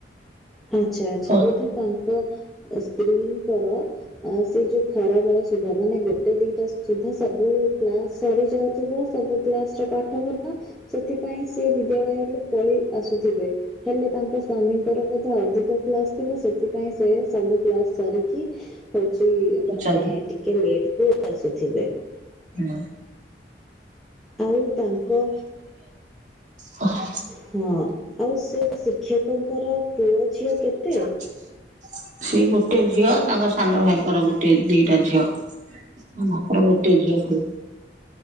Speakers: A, in the centre; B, on the right (about 45°).
A: ଆଚ୍ଛା ଆଛା
B: ହଁ
A: ବୋଧେ ତାଙ୍କ ସ୍ତ୍ରୀଙ୍କର ସେଇ ଯୋଉ ଖରା ବେଳ ସୁଧା ମାନେ ଗୋଟେ ଦିଟା ସୁଧା ସବୁ କ୍ଲାସ ସରିଯାଉ ଥିବ ସବୁ କ୍ଲାସ ର ପାଠ ପଢ ସେଥିପାଇଁ ସେ ବିଦ୍ୟାଳୟରୁ ପଳେଇ ଆସୁଥିବେ ହେଲେ ତାଙ୍କ ସ୍ଵାମୀଙ୍କର ବୋ ତ ଅଧିକ କ୍ଲାସ ଥିବ ସେଥିପାଇଁ ସେ ସବୁ କ୍ଲାସ ସାରିକି ହଉଛି
B: ଅଛନ୍ତି
A: ମାନେ ଟିକେ ଲେଟ ରେ ଆସୁଥିବେ।
B: ହୁଁ।
A: ଆଉ ତାଙ୍କ
B: ହ।
A: ହଁ ଆଉ ସେ ଶିକ୍ଷକଙ୍କର ପୁଅ ଝିଅ
B: <unintelligible>
A: କେତେ
B: ସେଇ ଗୋଟେ ଝିଅ ତାଙ୍କ ସାନ ଭାଇଙ୍କର ଗୋଟେ ଦିଟା ଝିଅ। ଆର ଗୋଟିଏ ଝିଅ ଖାଲି।